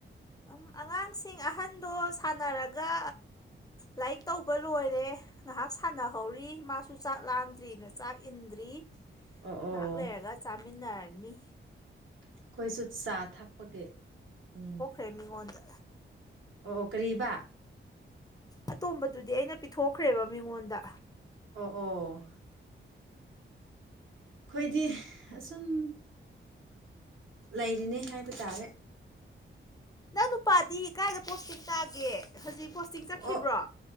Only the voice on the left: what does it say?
ꯎꯝ ꯑꯉꯥꯡꯁꯤꯡ ꯑꯍꯟꯗꯣ ꯁꯥꯟꯅꯔꯒ ꯂꯥꯏꯔꯤꯛ ꯇꯧꯕ ꯂꯣꯏꯔꯦ ꯉꯥꯏꯍꯥꯛ ꯁꯥꯟꯅꯍꯧꯔꯤ ꯃꯥꯁꯨ ꯆꯥꯛ ꯂꯥꯟꯗ꯭ꯔꯤꯅ ꯆꯥꯛ ꯏꯟꯗ꯭ꯔꯤ
ꯉꯥꯏꯍꯥꯛ
ꯂꯩꯔꯒ ꯆꯥꯃꯤꯟꯅꯔꯅꯤ
ꯇꯃꯤ ꯋꯥꯗ
ꯑꯇꯣꯝꯕꯗꯨꯗꯤ ꯑꯩꯅ ꯄꯤꯊꯣꯛꯈ꯭ꯔꯦꯕ ꯃꯤꯉꯣꯟꯗ
ꯅꯪ ꯅꯨꯄꯥꯗꯤ ꯀꯥꯏꯗ ꯄꯣꯠꯁꯤꯡ ꯇꯥꯒꯦ ꯍꯧꯖꯤꯛ ꯄꯣꯁꯇꯤꯡ ꯆꯠꯈꯤꯕ꯭ꯔꯣ